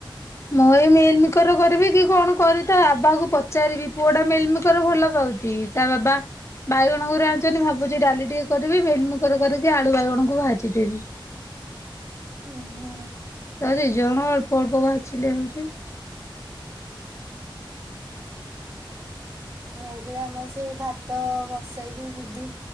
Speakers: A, on the left; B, on the right.
A: ମୁଁ ଏଇ ମେଲମିକର କରିବି କି କଣ କର ତା ବାବାକୁ ପଚାରିବି ପୁଅ ଟା ମେଲମିକର ଭଲ ପାଉଛି। ତା ବାବା ବାଇଗଣଙ୍କୁୁ ଆଣିୁଛନ୍ତି ଭାବୁଛିି ଡାଲି ଟିକେ କରିବି ବେଲିମୁକର କରିକି ଆଳୁ ବାଇଗଣଙ୍କୁ ଭାଜି ଦେେବି।
B: ହୁଁ ହୁଁ।
A: ତ ଦିଇ ଜଣ ଅଳ୍ପ ଅଳ୍ପ ବା ବାସିଲେ ହଉଛି।
B: ମୁଁ ବି ଆମ ସେଇ ଭାତ ଭସେଇବି ଯିବି।